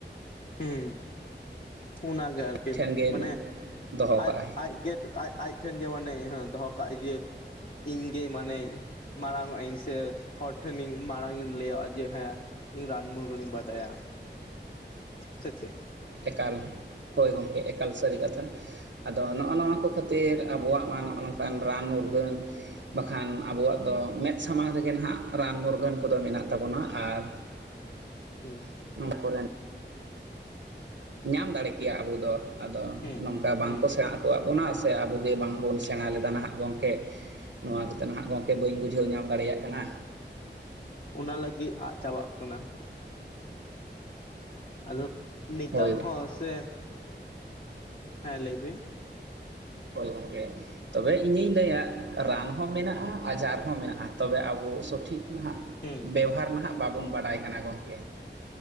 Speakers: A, on the left; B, on the right.
A: ᱦᱮᱸ ᱚᱱᱟᱜᱮ ᱟᱨᱠᱤ
B: ᱴᱷᱮᱱ ᱜᱮ
A: ᱢᱟᱱᱮ
B: ᱫᱚᱦᱚ
A: ᱟᱡ
B: ᱠᱟᱜᱼᱟᱭ
A: ᱟᱡᱜᱮᱛ ᱟᱡ ᱟᱡ ᱴᱷᱮᱱ ᱜᱮ ᱢᱟᱱᱮ ᱮᱦᱮᱸ ᱫᱚᱦᱚ ᱠᱟᱜ ᱜᱮᱡᱮ ᱤᱧ ᱜᱮ ᱢᱟᱱᱮ ᱢᱟᱲᱟᱝ ᱚᱜ ᱤᱧ ᱥᱮ ᱦᱚᱲ ᱴᱷᱮᱱᱤᱧ ᱢᱟᱲᱟᱝ ᱤᱧ ᱞᱮᱭᱚᱜᱼᱟ ᱡᱮ ᱦᱮᱸ ᱤᱧ ᱨᱟᱱ ᱢᱩᱨᱜᱟᱹᱱ ᱤᱧ ᱵᱟᱰᱟᱭᱟ ᱥᱮ ᱪᱮᱫ
B: ᱮᱠᱟᱞ ᱦᱚᱭ ᱜᱚᱝᱠᱮ ᱮᱠᱟᱞ ᱥᱟᱹᱨᱤ ᱠᱟᱛᱷᱟ ᱟᱫᱚ ᱱᱚᱜᱼᱚ ᱱᱚᱣᱟ ᱠᱚ ᱠᱷᱟᱹᱛᱤᱨ ᱟᱵᱚᱣᱟᱜ ᱢᱟ ᱱᱚᱜᱼᱚ ᱱᱚᱝᱠᱟᱱ ᱨᱟᱱ ᱢᱩᱨᱜᱟᱹᱱ ᱵᱟᱠᱷᱟᱱ ᱟᱵᱚᱣᱟᱜ ᱫᱚ ᱢᱮᱫ ᱥᱟᱢᱟᱝ ᱨᱮᱜᱮ ᱱᱟᱦᱟᱸᱜ ᱨᱟᱱ ᱢᱩᱨᱜᱟᱹᱱ ᱠᱚᱫᱚ ᱢᱮᱱᱟᱜ ᱛᱟᱵᱚᱱᱟ ᱟᱨ
A: ᱯᱮᱥ
B: ᱱᱚᱣᱟ ᱠᱚᱨᱮᱱ ᱧᱟᱢ ᱫᱟᱲᱮ ᱠᱮᱭᱟ ᱟᱵᱚ ᱫᱚ ᱟᱫᱚ
A: ᱦᱩᱸ
B: ᱱᱚᱝᱠᱟ ᱵᱟᱝᱠᱚ
A: ᱦᱩᱸ
B: ᱥᱮᱬᱟ ᱚᱴᱚᱭᱟᱜ ᱵᱚᱱᱟ ᱥᱮ ᱟᱵᱚᱜᱮ ᱵᱟᱝᱵᱚᱱ ᱥᱮᱬᱟ ᱞᱮᱫᱟ ᱱᱟᱦᱟᱜ ᱜᱚᱝᱠᱮ ᱱᱚᱶᱟ ᱠᱚᱛᱮᱜ ᱱᱟᱦᱟᱜ ᱜᱚᱝᱠᱮ ᱵᱟᱹᱧ ᱵᱩᱡᱷᱟᱹᱣ ᱧᱟᱢ ᱫᱟᱲᱮᱭᱟᱜ ᱠᱟᱱᱟ
A: ᱚᱱᱟ ᱞᱟᱹᱜᱤᱫ ᱟᱜ ᱪᱟᱵᱟᱜ ᱠᱟᱱᱟ᱾ ᱟᱫᱚ ᱱᱤᱛᱟᱨ
B: ᱦᱳᱭ
A: ᱦᱚᱸ ᱥᱮ ᱦᱮᱸ ᱞᱟᱹᱭ ᱵᱤᱱ
B: ᱦᱚᱭ ᱜᱚᱝᱠᱮ ᱛᱚᱵᱮ ᱤᱧᱤᱧ ᱞᱟᱹᱭᱟ ᱨᱟᱱ ᱦᱚᱸ ᱢᱮᱱᱟᱜᱼᱟ ᱟᱡᱟᱨ ᱦᱚᱸ ᱢᱮᱱᱟᱜᱼᱟ ᱛᱚᱵᱮ ᱟᱵᱚ ᱥᱚᱴᱷᱤᱠ ᱱᱟᱦᱟᱜ
A: ᱦᱩᱸ
B: ᱵᱮᱣᱦᱟᱨ
A: ᱦᱩᱸ
B: ᱱᱟᱦᱟᱜ ᱵᱟᱵᱚᱱ ᱵᱟᱰᱟᱭ ᱠᱟᱱᱟ ᱜᱚᱝᱠᱮ᱾